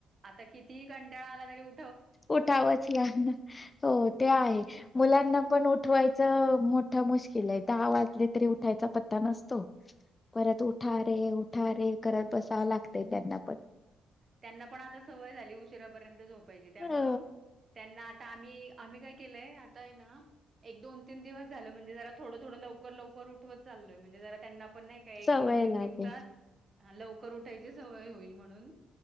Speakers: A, on the right; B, on the left.
A: आता कितीही कंटाळा आला तरी उ
B: उठावच लागनार. हो ते आहे. मुलांना पण उठवायचं मोठं मुश्किल आहे. दहा वाजले तरी उठायचा पत्ता नसतो. परत उठा रे, उठा रे करत बसावं लागतय त्यांना पण.
A: त्यांना पण आता सवय झाली उशिरापर्यंत झोपायची. त्यामुळ
B: हो
A: त्यांना आता आम्ही आम्ही काय केलंय आताये ना एक, दोन, तीन दिवस झालं म्हणजे जरा थोडं थोडं लवकर लवकर उठवत चाललोय. म्हणजे जरा त्यांना पण नाही का एक,
B: सवय
A: दोन, तीन
B: लागेल
A: दिवसात लवकर उठायची सवय होईल म्हणून.